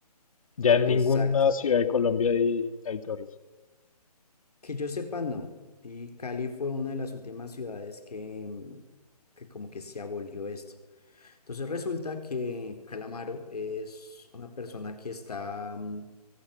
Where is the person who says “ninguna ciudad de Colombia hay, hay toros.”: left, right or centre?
Left